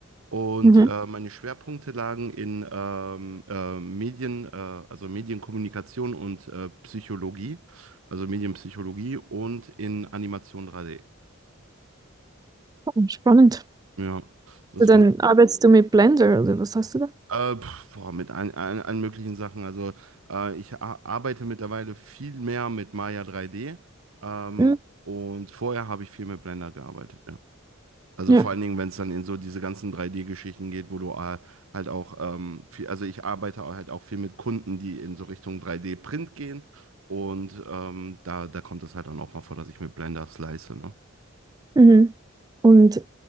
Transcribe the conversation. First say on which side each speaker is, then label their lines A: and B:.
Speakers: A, on the right; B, on the right.
A: Und
B: Mhm.
A: äh, meine Schwerpunkte lagen in ähm, äh, Medien, äh, also Medienkommunikation und äh, Psychologie, also Medienpsychologie und in Animation 3D.
B: Oh, Spannend.
A: Ja, das
B: Also
A: waren
B: dann arbeitest du mit Blender oder was hast du da?
A: so, äh, pf, boah, mit allen, allen, allen möglichen Sachen. Also äh, ich a- arbeite mittlerweile viel mehr mit Maya 3D ähm,
B: Mhm.
A: und vorher habe ich viel mit Blender gearbeitet. ja. Also
B: Ja.
A: vor allen Dingen, wenn es dann in so diese ganzen 3D-Geschichten geht, wo du äh, halt auch ähm, viel, also ich arbeite auch halt auch viel mit Kunden, die in so Richtung 3D-Print gehen. Und ähm, da, da kommt es halt dann auch mal vor, dass ich mit Blender slice, ne?
B: Mhm. Und